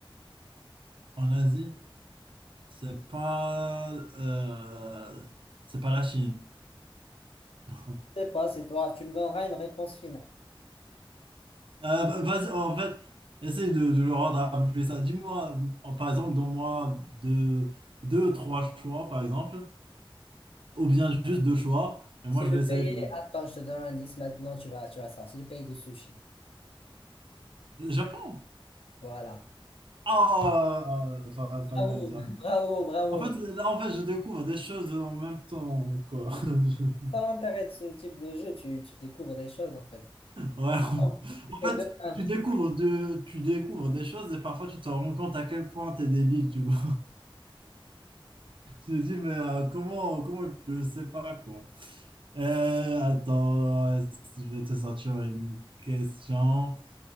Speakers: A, on the right; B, on the left.
A: En Asie, c'est pas, euh, c'est pas la Chine. <laughs>
B: Je sais pas, c'est toi. Tu me donneras une réponse finale.
A: Euh, va- vas-y, en fait, essaye de, de le rendre un peu plus ça. Dis-moi, en- par exemple, donne-moi deux, deux, trois choix, par exemple, ou bien juste deux choix, et
B: C'est
A: moi je
B: le
A: vais essayer
B: pays.
A: de.
B: Attends, je te donne un indice maintenant. Tu vas, tu vas savoir. C'est le pays du sushi.
A: Japon!
B: Voilà.
A: Ah, euh, fa-
B: Bravo,
A: fallait me dire.
B: <laughs> bravo, bravo.
A: En fait, là, en fait, je découvre des choses en même temps, quoi. <laughs>
B: Ça l'intérêt de ce type de jeu. Tu, tu découvres des choses, en fait.
A: Ouais.
B: Bon.
A: En
B: Et
A: fait,
B: deux un
A: tu découvres de, tu découvres des choses et parfois tu te rends compte à quel point t'es débile, tu vois. J'ai dit, mais euh, comment, comment je ne sais pas, quoi. Euh, attends, euh, je vais te sortir une question.